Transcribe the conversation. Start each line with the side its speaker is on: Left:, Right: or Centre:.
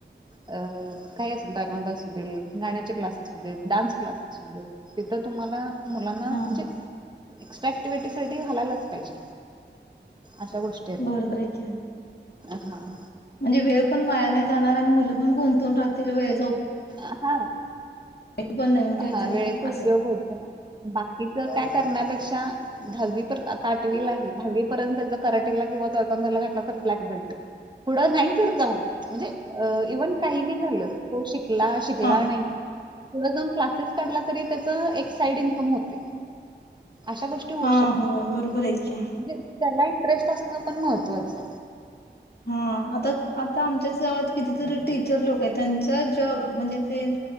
Right: अ काही अस <unintelligible> <unintelligible> अस देल, गाण्याचे क्लास असु देत, डान्स क्लास असू दे, तिथं तुम्हाला मुलांना,
Left: हा
Right: म्हणजे एक्स्ट्रा ऍक्टिव्हटीसाठी घालायलाच पाहिजे, अशा गोष्ट
Left: बरोबर य की.
Right: हं हां.
Left: म्हणजे वेळ पण वाया नही जाणार, आणि मुलं पण गुंतून राहतील, वेळेचा उप
Right: अ हां,
Left: पण नवीन काहीतरी
Right: हा वेळेचा उपयोग
Left: असं
Right: होत. बाकीच काय करण्यापेक्षा, दहावी पर, आता आठवीला आहे, दहावी पर्यंत जर कराटेला किंवा तायकवान्दोला घातला तर ब्लॅक बेल्ट. पुढ नाही जर जाऊन, म्हणजे अ इव्हन काही नहीं झालं, तो शिकला-शिकला
Left: हा
Right: नही पुढ जाऊन क्लासेस काढला, तरी त्याचं, एक साईड इन्कम होते, अशा गोष्ट टी होऊ
Left: हा
Right: शकतं,
Left: हो बरोबर आहे की
Right: म्हणजे त्याला इंटरेस्ट असणं पण महत्त्वाचं.
Left: हां आता-आता आमच्याच गावात किती तरी टीचर लोकं येत, त्यांचा जॉब, म्हणजे तें